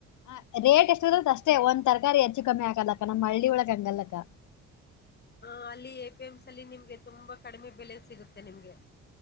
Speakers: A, on the left; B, on the left.
A: ಹ ರೇಟ್ ಎಷ್ಟ ಇರತದ ಅಷ್ಟೇ ಒಂದ್ ತರಾರಿ ಹೆಚ್ಚು ಕಮ್ಮಿ ಹಾಕಲಕ್ಕ ನಮ್ಮ್ ಹಳ್ಳಿ ಒಳಗ್ಗೆ ಹಂಗಲ್ಲಕ್ಕ.
B: ಹ ಅಲ್ಲಿ ಎ ಪಿ ಎಮ ಸಿ ಅಲ್ಲಿ ನಿಮ್ಗೆ ತುಂಬಾ ಕಡಿಮೆ ಬೆಲೆ ಸಿಗುತ್ತೆ ನಿಮ್ಗೆ.